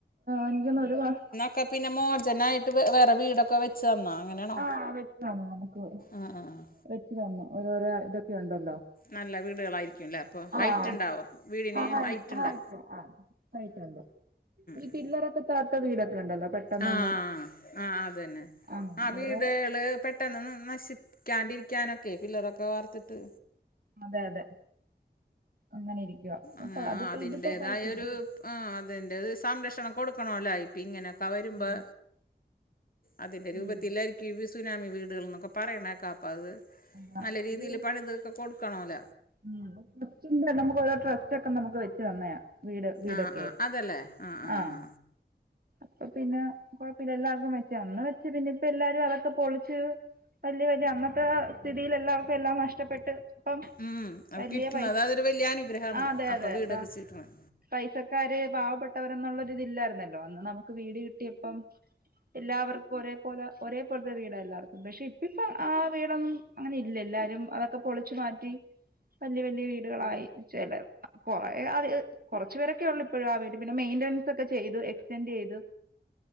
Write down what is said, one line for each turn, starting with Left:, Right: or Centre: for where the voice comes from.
Right: എനിക്കന്നു ഒരു <unintelligible>
Left: ക്കെപിന്നെ മോജനായിട്ട് വേറെ വീടൊക്കെ വെ ച്ചെ ന്നൊ. അങ്ങനെണോ
Right: ആഹ് വെച്ച് തന്നു നമുക്ക്
Left: ആഹ്ആഹ് അഹ്
Right: വെച്ച് തന്നു. ഓരോരോ ഇതൊക്കെ ഉണ്ടല്ലോ
Left: നല്ല വീടുകളായിരിക്കുംല്ലേ. അപ്പൊ ഹൈറ്റ്
Right: ആഹ്
Left: ഉണ്ടാവോ വീടിന്
Right: ആഹ് ഹൈ
Left: ഹൈറ്റ് ഇണ്ടോ
Right: ആഹ് ഹൈറ്റുണ്ട്. ഈ
Left: ഉം
Right: പില്ലറക്ക ദാത്ത വീടൊക്കെ ഉണ്ടല്ലോ പെട്ടെന്നൊന്നും
Left: ആഹ് ആഹ് അതന്നെ
Right: ആഹ്
Left: ആഹ് വീടുകള്
Right: ഓരോ
Left: പെട്ടെന്നോന്നും നശിക്കാണ്ടിരിക്കാനൊക്കെയ് ഫില്ലറൊക്കെ വാർത്തിട്ട്
Right: അതെ അതെ അങ്ങനെ ഇരിക്കുവ.
Left: ആഹ്
Right: അത്പ്പോ
Left: അതിൻ്റേതായൊരു
Right: ഇതിപ്പോ കൊഴപ്പെ ഇല്ല
Left: ആഹ് അതിന്റെ സംരക്ഷണം കൊടുക്കണോല്ലേ. ഇപ്പൊ ഇങ്ങനൊക്കെ വരുമ്പെ
Right: ഉം
Left: അതിന്റെ രൂപത്തില്ലായിര്ക്കും
Right: ഉം
Left: ഈ വി സുനാമി വീടുകൾ എന്നൊക്കെ പറേണേക്ക അപ്പ അത്
Right: അതാ
Left: നല്ല രീതിയില്
Right: ഇത്
Left: പണി തീർത്ത് കൊടുക്കണോല
Right: ഉം ട്രസ്റ്റിന്റെ നമുക്ക് രോ ട്രസ്റ്റ് ഒക്കെ നമുക്ക് വെച്ച് തന്ന്യാ വീട് വീടൊക്കെ
Left: ആ ആ അതല്ലേ ആ ആ
Right: ആഹ്
Left: ആ
Right: അപ്പ പിന്നെ കൊഴപ്പില്ല എല്ലാർക്കും വെച്ച അന്ന് വെച്ച് പിന്നെ ഇപ്പ എല്ലാരും അതൊക്കെ പൊളിച്ച് വലിയ വല്യ അന്നത്തെ സ്ഥിതിയിൽ എല്ലാവർക്കും എല്ലാം നഷ്ടപ്പെട്ട് പ്പം
Left: ഉം, അപ്പോൾ
Right: വലിയ
Left: കിട്ടണത്
Right: പൈ,
Left: അതൊരു വലിയ അനുഗ്രഹമാണ്
Right: ആഹ് അതെ,
Left: അപ്പം
Right: അതെ
Left: വീടൊക്കെ
Right: അപ്പ
Left: ചീട്ടണം
Right: പൈസക്കാര് പാവപ്പെട്ടവരന്നുള്ള തില്ലായിരുന്നല്ലോ നമുക്ക് വീട് കിട്ടിയപ്പം എല്ലാവർക്കും ഒരേപോലെ ഒരേ പോലത്തെ വീടാ എല്ലാവർക്കും പക്ഷെ ഇ ഇപ്പൊ ആ വീടൊന്നും അങ്ങനെ ഇല്ല എല്ലാരും അതൊക്കെ പൊളിച്ചു മാറ്റി വല്യ വല്യ വീടുകളായി ചെലപ്പോ കൊറേ <unintelligible> കുറച്ച് പേരൊക്കെ ഉള്ളു ഇപ്പോഴും ആ വീട്ടിൽ, പിന്നെ മെയിന്റനൻസ് ഒക്കെ ചെയ്തു എക്സ്റ്റെൻഡ് ഒക്കെ ചെയ്തു.